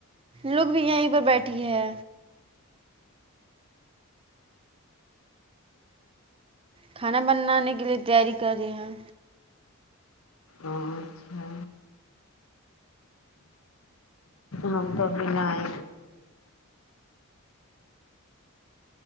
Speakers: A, on the right (about 25°); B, on the left (about 75°).
A: لوگ بھی یہیں پر بیٹھی ہے کھانا بنانے کے لیے تیاری کر رہی ہیں
B: آں اچھا ہم تو بنائ